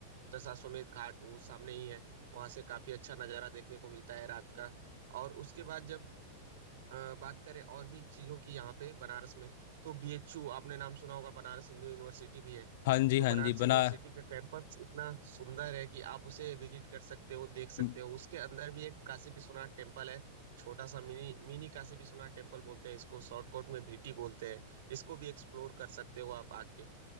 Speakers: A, on the right; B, on the left.
A: दशाश्वमेध घाट वो सामने ही है वहां से काफी अच्छा नजारा देखने को मिलता है रात का और उसके बाद जब अ, बात करें और भी चीज़ों की यहाँ पे बनारस में तो बीएचयू आपने नाम सुना होगा बनारस हिंदू यूनिवर्सिटी भी है
B: हाँ जी
A: तो
B: हाँ
A: बनारस
B: जी
A: यूनिवर्सिटी
B: बना
A: का कैंपस इतना सुंदर है कि आप उसे विजिट कर सकते हो देख सकते
B: म-
A: हो उसके अंदर भी एक काशी विश्वनाथ टेम्पल है छोटा सा mini mini Kashi Vishwanath temple बोलते हैं इसको शॉर्टकट में भीटी बोलते हैं इसको भी एक्सप्लोर कर सकते हो आप आके